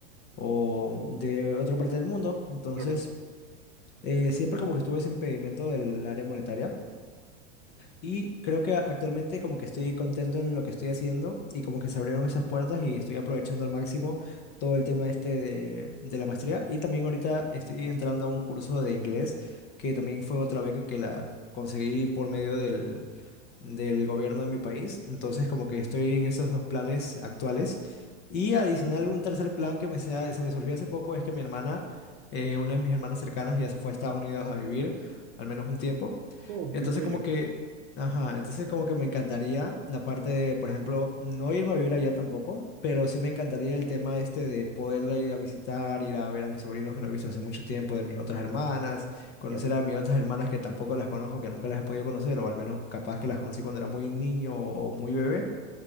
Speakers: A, on the left (about 25°); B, on the right (about 40°).
A: o de otra parte del mundo. Entonces,
B: Claro.
A: eh, siempre como que estuve ese impedimento del área monetaria y creo que a- actualmente como que estoy contento en lo que estoy haciendo y como que se abrieron esas puertas y estoy aprovechando al máximo todo el tema este de, de la maestría y también ahorita estoy entrando a un curso de inglés que también fue otra beca que la conseguí por medio del del gobierno de mi país. Entonces, como que estoy en esos dos planes actuales. Y adicional, un tercer plan que me sea- se me surgió hace poco es que mi hermana, eh, una de mis hermanas cercanas, ya se fue a Estados Unidos a vivir, al menos un tiempo.
B: Oh,
A: Entonces,
B: bien por ello.
A: como que, ajá, entonces como que me encantaría la parte de, por ejemplo, no irme a vivir allá tampoco, pero sí me encantaría el tema este de poderla ir a visitar, ir a ver a mis sobrinos que no he visto hace mucho tiempo, de mis otras hermanas conocer
B: Claro.
A: a mis otras hermanas que tampoco las conozco, que nunca las he podido conocer, o al menos capaz que las conocí cuando era muy niño o muy bebé,